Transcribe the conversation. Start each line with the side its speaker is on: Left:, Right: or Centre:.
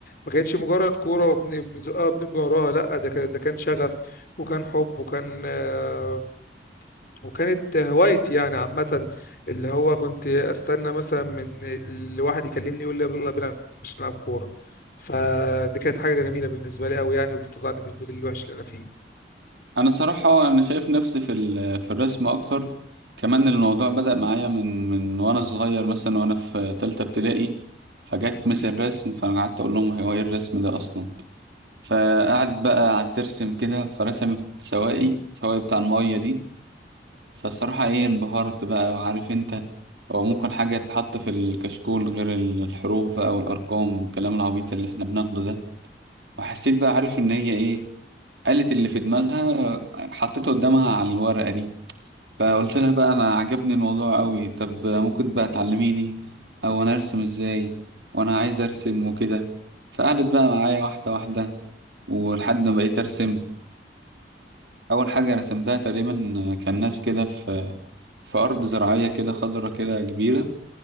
Left: ما كانتش مجرد كورة وبنزقها وبنبقى وراها لأ ده كان ده كان شغف وكان حب وكان آه، وكانت هوايتي يعني عامة اللي هو كنت استنى مثلا من الواحد يكلمني يقول لي يلا بينا عشان نلعب كورة فدي كانت حاجة جميلة بالنسبة لي قوي يعني وبتطلعني من المود الوحش اللي انا فيه
Right: انا الصراحه انا شايف نفسي في ال- في الرسم اكتر كمان الموضوع بدأ معايا من من وانا صغير مثلا وانا في ثالثه ابتدائي فجت مس الرسم فانا قعدت اقول لهم هو ايه الرسم ده اصلا فقعدت بقى قعدت ترسم كده فرسمت سواقي سواقي بتاع الميه دي فالصراحه ايه انبهرت بقى وعارف انت هو ممكن حاجه تتحط في الكشكول غير ال- الحروف بقى والارقام والكلام العبيط اللي احنا بناخده ده وحسيت بقى عارف ان هي ايه قالت اللي في دماغها حطيته قدامها على الورقه دي فقلت لها بقى انا عجبني الموضوع قوي طب ممكن بقى تعلميني او انا ارسم ازاي وانا عايز ارسم وكده فقعدت بقى معايا واحده واحده ولحد ما بقيت ارسم اول حاجه رسمتها تقريبا كان ناس كده في في ارض زراعيه كده خضره كده كبيره